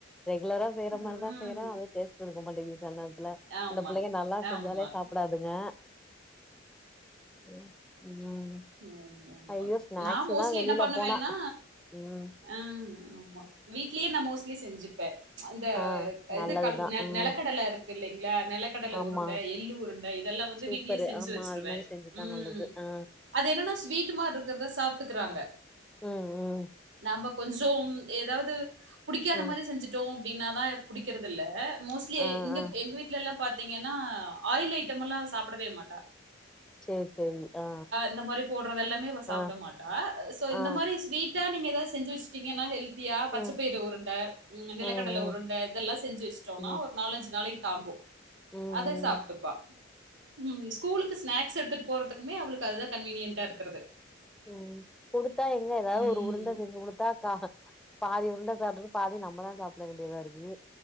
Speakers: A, in the centre; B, on the right.
A: ரெகுலரா செய்ற
B: ம்.
A: மாரிதா செய்றோ அது டேஸ்ட் இருக்க மாட்டேங்குது சிலநேர் த்ல
B: ஆமாங்க.
A: இந்த பிள்ளைங்க நல்லா செஞ்சாலே
B: ஆமா.
A: சாப் புடாதுங்க ம் ம்
B: <unintelligible> ஆமாம்மா
A: ஐயோ ஸ்நாக்ஸ்
B: நா மோஸ்லி
A: தா வெளில
B: என்ன பண்ணுவேனா
A: போனா ம்
B: ஆ ஆமா வீட்லே நா மோஸ்லி செஞ்சுப்பே அந்த
A: ஆ நல்லதுதா
B: இது கல் நெல்
A: ம்
B: நெலக்கடல இருக்கு இல்லைங்ளா நெலக் கடல
A: ஆமா
B: உருண்ட எள்ளு உருண்ட இதெல்லா வந்து
A: சூப்பரு
B: வீட்லே செஞ்சு
A: ஆமா
B: வச்சிருவே
A: அது மாரி செஞ்சுதா
B: ம்
A: நல்லது ஆ
B: அது என்னனா ஸ்வீட்டுமார் இருக்கற்த சாப்ட்டுகிறாங்க
A: ம் ம்
B: நம்ப கொஞ்சோம் எதாவ்து புடிக்காத
A: ம்
B: மாரி செஞ்சு ட்டோ அப்டினாதா புடிக்கிறதுல்ல மோஸ்ட்லி
A: ஆ
B: இங்க
A: ஆ
B: எங்க வீட்லெல்லா பாத்தீங்கனா ஆயில் ஐட்டமுலா சாப்டவே மாட்டா
A: சேர் சேரி ஆ
B: இந்த மாரி போட்றதெல்லாமே அவ சாப்ட
A: ஆ
B: மாட்டா சோ இந்த
A: ஆ ஆ
B: மாரி ஸ்வீட்டா நீங்க எதாது செஞ்சு வஸ்டீங்கனா ஹெல் தியா பச்சப்பய்று
A: ம்
B: உருண்ட ம்ங்க
A: ம்
B: நிலக்கடல
A: ம்
B: உருண்ட இதெல்லா செஞ்சு வஸ்ட்டோனா
A: ம்
B: ஒர் நாலஞ்சு நாளைக்கு தாங்கு
A: ம்
B: அத சாப்ட்டுப்பா
A: ம்
B: ம் ஸ்கூலுக்கு ஸ்நாக்ஸ் எடுத்துட்டு போறதுக்குமே அவளுக்கு அதுதா கன்வீனியன்ட்டா இருக்குறது
A: ம் குடுத்தா எங்க எதாவ்து
B: ம்.
A: ஒரு உருண்ட செஞ்சு குடுத்தா காக பாதி உருண்டை சாப்ட்டுருகு பாதி நம்மதா சாப்ட வேண்டியதா இருக்கு